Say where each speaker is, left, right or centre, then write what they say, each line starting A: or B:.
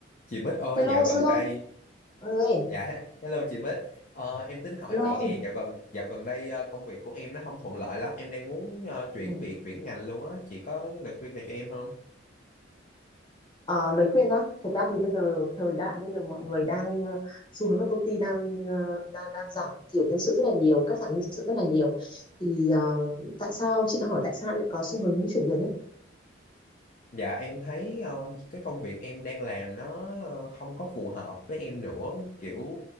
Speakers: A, on the left; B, on the left.
A: Chị Bích ơi,
B: Hello
A: dạo gần
B: Dương
A: đây,
B: ơi,
A: dạ, <laughs> hello chị Bích, Ờ, em tính hỏi
B: hello
A: chị nè,
B: em.
A: dạo gần dạo gần đây ờ, công việc của em nó không thuận lợi lắm, em đang muốn ờ, chuyển
B: Ừ.
A: việc, chuyển ngành luôn á, chị có lời khuyên này cho em không?
B: Ờ, lời khuyên á, thật ra thì bây giờ thời đại bây giờ mọi người đang ờ, xu hướng các công ty đang ờ, đang đang giảm thiểu nhân sự rất là nhiều, cắt giảm nhân sự rất là nhiều. Thì ờ, tại sao chị đã hỏi tại sao em lại có xu hướng chuyển việc ấy?
A: Dạ, em thấy ờ, cái công việc em đang làm nó ờ, không có phù hợp với em nữa, kiểu